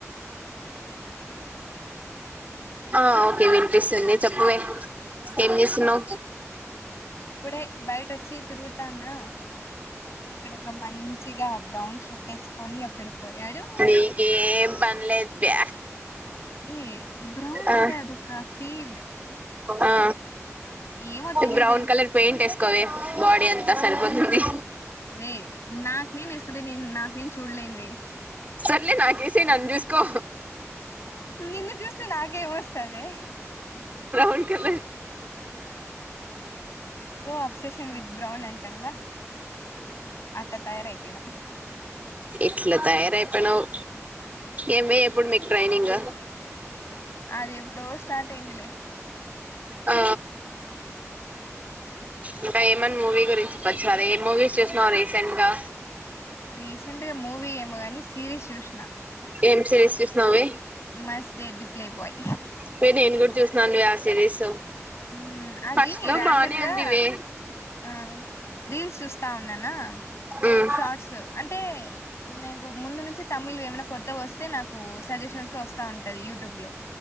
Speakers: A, on the left; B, on the right.
A: ఆ ఇనిపిస్తాందా
B: ఆ ఓకే వినిపిస్తుంది చెప్పు వే ఏం చేస్తున్నావ్
A: ఇప్పుడే బయట వచ్చి తిరుగుతాన్నా ఇక్కడ ఒక మంచిగా బ్రౌన్ షర్ట్ వేసుకొని ఒక్కడు పోయాడు
B: నీకేం పని లేదు
A: ఏ బ్రౌన్
B: ఆ
A: అంటే అదొక ఫీల్
B: ఆ
A: ఏమో తెలీదే
B: బ్రౌన్ కలర్ పెయింట్ ఎస్కోవే బాడి అంతా సరిపోతుంది
A: వే నాకు నేను వేసుకుంట నేను నాకూ నేను చూడలేను వే
B: సర్లే నాకేసి నన్ జూ కో
A: నిన్ను చూస్తే నాకేం వస్తదే
B: ఉర్కే లె
A: సో అప్సెషన్ విత్ బ్రౌన్ అంటల అట తయారయిపోయినా
B: ఎట్లా తయారయిపోయినావు ఏం వే ఇప్పుడు మీకు ట్రైనింగ్
A: అది ఎప్పుడో స్టార్ట్ అయిందిలే
B: ఆ ఇంకా ఏమని మూవీ గురించి చెప్పచ్చు కద ఏ మూవీస్ చూసినవు రీసెంట్ గా
A: రీసెంట్గా మూవీ ఏమో గాని సిరీస్ చూసినా
B: ఏం సిరీస్ చూసినవే
A: must date the play boy
B: వే నేను కూడా చూసినాను వే ఆ సిరీస్
A: ఊ అది
B: ఫస్ట్ లో
A: రాండమ్
B: బానే
A: గా
B: ఉంది వే
A: ఆ రీల్స్ చూస్తా ఉన్నానా
B: ఉమ్
A: షార్ట్స్ అంటే నేకు ముందు నుంచి తమిళ్ ఏమన్నా కొత్త వస్తే నాకు సజెషన్స్ లో వస్తా ఉంటది యూట్యూబ్ లో